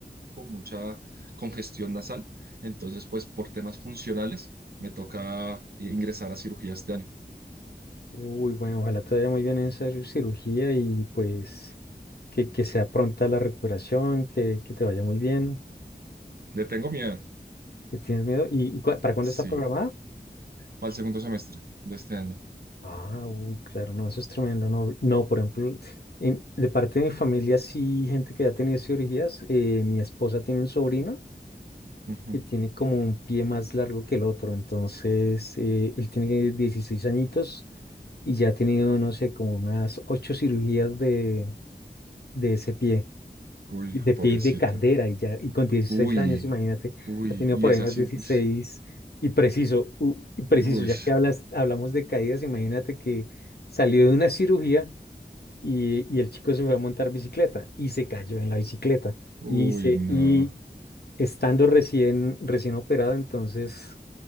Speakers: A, on the right; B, on the left.
A: con mucha congestión nasal. Entonces, pues por temas funcionales, me toca ingresar a cirugía este año.
B: Uy, bueno, ojalá te vaya muy bien en esa cirugía y pues... que, que sea pronta la recuperación, que, que te vaya muy bien,
A: Le tengo miedo,
B: que tienes miedo. ¿Y, y cua- para cuándo
A: sí,
B: está programada?
A: para el segundo semestre de este año.
B: Ah, uy, claro, no, eso es tremendo. No, no, por ejemplo, en- de parte de mi familia, sí, gente que ya ha tenido cirugías, eh, mi esposa tiene un sobrino
A: Ujú.
B: que tiene como un pie más largo que el otro, entonces eh, él tiene 16 añitos y ya ha tenido, no sé, como unas ocho cirugías de, de ese pie.
A: Uy,
B: y de
A: pobrecita.
B: pie y de cadera y ya, y con dieciséis
A: Uy,
B: años, imagínate,
A: uy,
B: ha tenido
A: y
B: por
A: es
B: ahí unas
A: así.
B: dieciséis
A: Uy,
B: y preciso, u- y preciso,
A: uy,
B: ya que hablas, hablamos de caídas, imagínate que salió de una cirugía y, y el chico se fue a montar bicicleta y se cayó en la bicicleta
A: uy,
B: y se,
A: no.
B: y estando recién, recién operado, entonces,